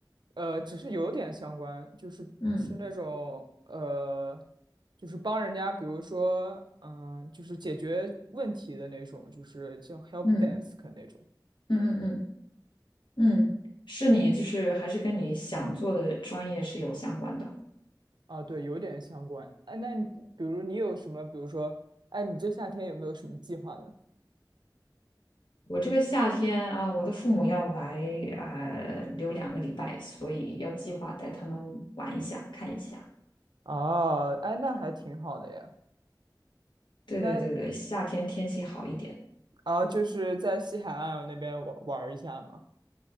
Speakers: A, on the right; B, on the left.
A: 呃，只是有点相关，就是是那种呃，
B: 嗯
A: 就是帮人家，比如说，嗯、就是解决问题的那种，就是叫 help
B: 嗯
A: desk 那种。
B: 嗯嗯嗯嗯，是你就是还是跟你想做的专业是有相关的。
A: 啊，对，有点相关。哎，那你比如你有什么，比如说，哎，你这夏天有没有什么计划呢？
B: 我这个夏天啊，我的父母要来呃留两个礼拜，所以要计划带他们玩一下，看一下。
A: 哦，哎，那还挺好的呀。
B: 对对对对，
A: 那
B: 夏天天气好一点。
A: 啊，就是在西海岸那边玩玩一下嘛。